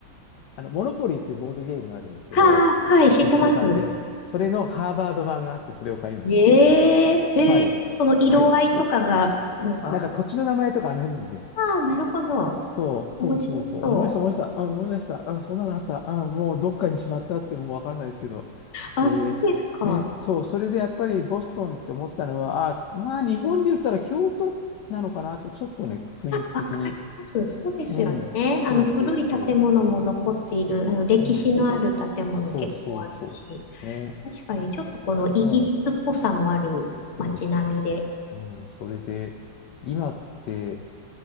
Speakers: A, on the left; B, on the left.
A: あの、モノポリーっていうボードゲームがあるんですけど、
B: はあ、
A: そこに土地を買って、
B: はい、知ってます。
A: それのハーバード版があって、それを買いました。
B: えー、えー、
A: はい。
B: その色合いとかが、
A: はい、そう。
B: なんか、
A: なんか土地の名前とかあの辺なんですよ。
B: ああ、なるほど。
A: そう、そうそうそう。
B: 面白そう。
A: 思い出した、思い出した。あ、思い出した。あ、そんなのあった。あ、もうどっかにしまったってもうわかんないですけど。
B: あ、
A: えーね、
B: そうですか。
A: そう、それでやっぱりボストンって思ったのは、あ、まあ日本で言ったら京都なのかなって、ちょっとね、雰囲気的に。
B: わかります。そうですよね。
A: うん、そうそうそ
B: あの古い建物も残っている、あの歴史のある建物結構あるし、
A: う。うん、そうそうそう。ね、
B: 確かにちょっとこのイギリスっぽさもある街並みで。
A: うんそうですよね。うん、それで、今って、